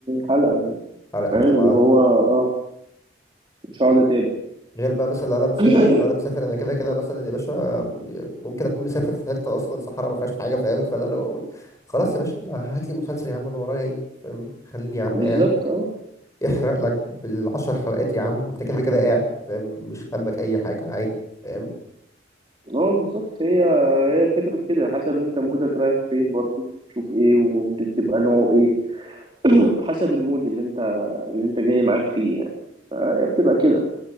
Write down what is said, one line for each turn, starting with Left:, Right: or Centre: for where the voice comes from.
Right: حلقة يعني
Left: حلقه
Right: فاهم
Left: فاهم
Right: اللي
Left: على
Right: هو
Left: طول
Right: أه مش هقعد أتابع
Left: غير بقى مثلا لو انا مسافر
Right: <coughs>
Left: لو انا مسافر انا كده كده مثلا يا باشا ممكن اكون مسافر في حته اصلا صحراء ما فيهاش حاجه فاهم فانا اللي هو اقول خلاص يا باشا ما هات لي مسلسل يا عم انا ورايا ايه فاهم خليني يا
Right: <clears throat>
Left: عم
Right: بالظبط
Left: قاعد
Right: أه
Left: يحرق لك بالعشر حلقات يا عم وانت كده كده قاعد فاهم مش همك اي حاجه عادي فاهم
Right: أه بالظبط هي هي الفكرة في كده حسب أنت مودك رايح فين برضه تشوف إيه وتبقى نوعه إيه <clears throat> حسب المود اللي أنت اللي أنت جاي معاك فيه يعني فهي بتبقى كده